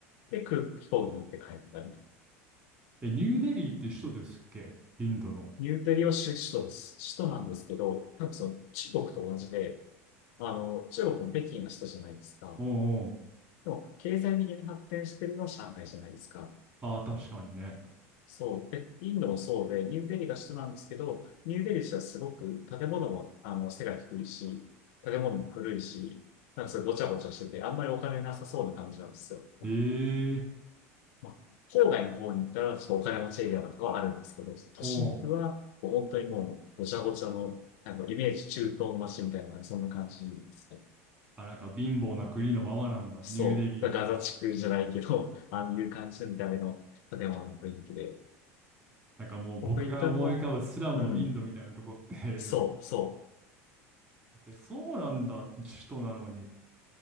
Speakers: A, on the left; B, on the right.
A: で、空飛行機に乗って帰ったみたいな
B: え、ニューデリーって首都ですっけインドの。
A: ニューデリーは首首都です。首都なんですけど、多分その中国と同じで、あの、中国も北京の首都じゃないですか。
B: おうおう、
A: でも、経済的に発展してるのは上海じゃないですか。
B: ああ、確かにね。
A: そう。え、インドもそうで、ニューデリーが首都なんですけど、ニューデリー自体はすごく建物も、あの、背が低いし、建物も古いし、なんかそれごちゃごちゃしてて、あんまりお金なさそうな感じなんですよ。
B: ええ
A: まあ、郊外の方に行ったら、ちょっとお金持ちエリアとかはあるんですけど、都心部は、
B: おう。
A: もう本当にもう、ごちゃごちゃの、なんかイメージ中東の街みたいな、そんな感じですね。
B: あ、なんか貧乏な国のままなんだ、
A: そう。
B: ニューデリーって。
A: ガザ地区じゃないけど、<laughs> ああいう感じの見た目の建物の雰囲気で。
B: なんかもう僕が思い浮かぶスラムのインドみたいなとこって
A: 僕行ったのは、うん、そう、そ
B: <laughs> え、そうなんだ、首都なのに。